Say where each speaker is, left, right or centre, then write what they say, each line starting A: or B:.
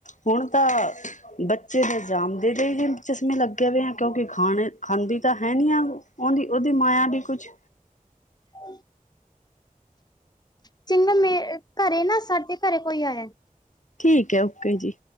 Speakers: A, on the left (about 60°); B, on the left (about 30°).
A: ਹੁਣ ਤਾਂ, ਬੱਚੇ ਨੂੰ ਜਾਮਦੇ ਦੇ ਹੀ ਚਸ਼ਮੇ ਲੱਗ ਕਿਉਂਕਿ ਖਾਣੇ, ਖਾਂਦੀ ਤਾਂ ਹੈਨੀ ਆ ਉਹਦੀ, ਉਹਦੀ ਮਾਇਆ ਵੀ ਕੁਛ
B: <inaudible> ਚ ਮੇ ਘਰੇ ਨਾ ਸਾਡੇ ਘਰੇ ਕੋਈ ਆਇਆ
A: ਠੀਕ ਹੈ ਓਕੇ ਜੀ